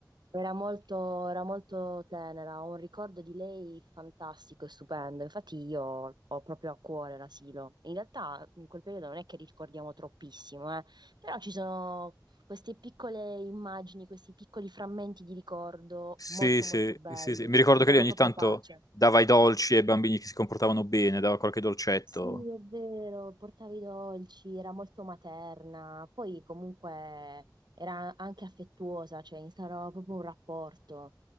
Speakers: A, on the right; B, on the left.
A: Era molto, era molto tenera, ho un ricordo di lei fantastico e stupendo. Infatti io ho proprio a cuore l'asilo. In realtà in quel periodo non è che ricordiamo troppissimo, eh, però ci sono queste piccole immagini, questi piccoli frammenti di ricordo
B: Sì,
A: molto
B: sì,
A: molto belli.
B: sì, sì. Mi ricordo
A: Mi danno
B: che lei ogni
A: proprio
B: tanto
A: pace.
B: dava i dolci ai bambini che si comportavano bene, dava qualche dolcetto.
A: Sì, è vero, portava i dolci, era molto materna, poi comunque era anche affettuosa, cioè instaurava proprio un rapporto.